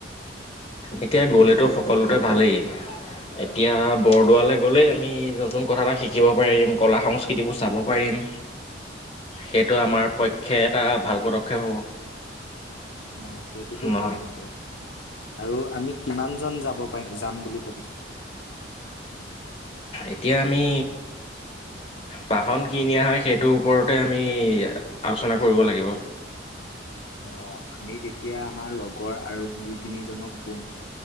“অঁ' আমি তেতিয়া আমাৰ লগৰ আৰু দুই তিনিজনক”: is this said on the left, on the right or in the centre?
Left